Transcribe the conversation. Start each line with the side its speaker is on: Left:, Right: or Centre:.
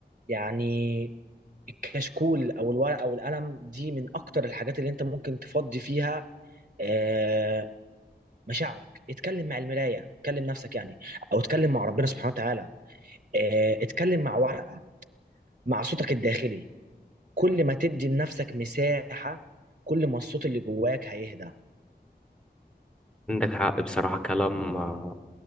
Right: يعني الكشكول او الورقه او القلم دي من اكتر الحاجات اللي انت ممكن تفضي فيها آه، مشاعرك اتكلم مع المرايه اتكلم نفسك يعني او اتكلم مع ربنا سبحانه وتعالى آه، اتكلم مع ورقه مع صوتك الداخلي كل ما تدي لنفسك مساحة كل ما الصوت اللي جواك هيهدى
Centre: عندك حق بصراحة كلام آه،